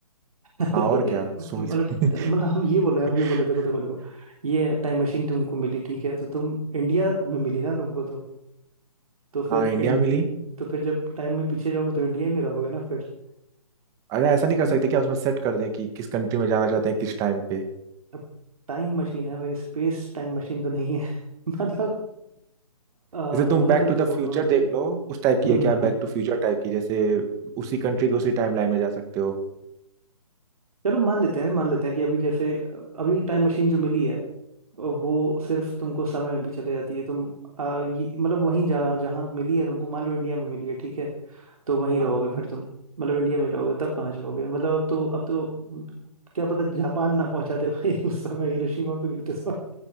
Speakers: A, on the right; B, on the right.
A: <laughs> अरे
B: हाँ और क्या सोल्जर
A: मतलब मतलब हम ये बोले हम ये
B: <laughs>
A: बोले देखो देखो देखो ये टाइम मशीन तुमको मिली ठीक है तो तुम इंडिया में मिली ना तुमको तो तो फिर
B: हाँ इंडिया
A: इंड-
B: मिली
A: तो फिर जब टाइम में पीछे जाओगे तो इंडिया में रहोगे ना फिर
B: अरे ऐसा नहीं कर सकते क्या उसमें सेट कर दें कि किस कंट्री में जाना चाहते हैं किस टाइम पे
A: अब टाइम मशीन है भाई स्पेस टाइम मशीन तो नहीं है <laughs> मतलब आ,
B: जैसे
A: होना
B: तुम बैक
A: तो
B: टू
A: देखो
B: द फ्यूचर
A: होना तो
B: देख
A: चाहिए
B: लो उस टाइप
A: हम्म
B: की है क्या
A: हम्म हम्म।
B: बैक टू फ्यूचर टाइप की जैसे उसी कंट्री के उसी टाइम लाइन में जा सकते हो
A: चलो मान लेते हैं मान लेते हैं कि अभी जैसे अभी टाइम मशीन जो मिली है वो सिर्फ तुमको समय में भी चले जाती है तुम आ, ये- मतलब वहीं जहाँ जहाँ मिली है तुमको मान लो इंडिया में मिली है ठीक है तो वहीं रहोगे
B: हाँ
A: फिर तुम मतलब इंडिया में ही रहोगे तब कहाँ जाओगे मतलब अब तो अब तो क्या पता जापान ना पहुंचा दे भाई उस समय हिरोशिमा पे गिरते समय